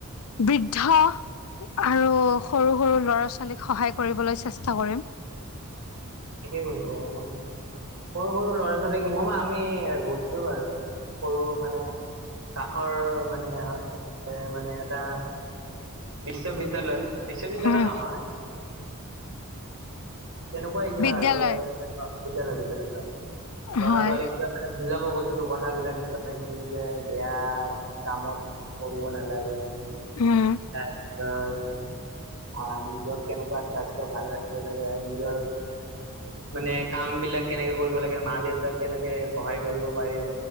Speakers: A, on the left; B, on the right.
A: বৃদ্ধ আৰু সৰু সৰু ল'ৰা ছোৱালীক সহায় কৰিবলৈ চেষ্টা কৰিম।
B: ঠিকেই কইছে আৰু সৰু সৰু ল'ৰা ছোৱালীক মই মা- আমি গৈছোঁ বাৰু সৰু মানে কাষৰ- মানে এ মানে এটা বিশ্ববিদ্যালয় বিশ্ববিদ্যালয়
A: উম,
B: নহয়। তেনেকুৱাই কিবা
A: বিদ্যালয়
B: আৰু আৰু এনেকুৱা বিদ্যালয় বিদ্যালয় হয় ল'ৰা
A: হয়
B: ছোৱালীক মানে বুজাব গৈছিলোঁ কথাবিলাক কিবা কিবি যে বেয়া। কামত কৰিব নালাগে
A: উম।
B: তাৰপিছত। আৰু নিজৰ কেনেকুৱা স্বাস্থ্যৰ ভালে ৰাখিব লাগে নিজৰ। মানে কাম বিলাক কেনেকে কৰিব লাগে মা দেউতাক কেনেকে সহায় কৰিব পাৰিব